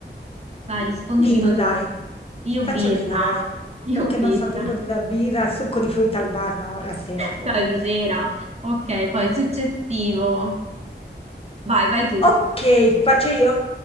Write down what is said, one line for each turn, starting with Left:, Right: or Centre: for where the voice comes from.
Right: Vai,
Left: Un
Right: rispondi
Left: Vino,
Right: prima tu.
Left: dai.
Right: Io
Left: Faccio
Right: birra,
Left: vino, dai.
Right: io
Left: Perché
Right: birra.
Left: non sono tipo da birra, succo di frutta al bar, no? La sera poi.
Right: Dai, di sera. Ok, poi successivo. Vai, vai tu.
Left: Ok, faccio io?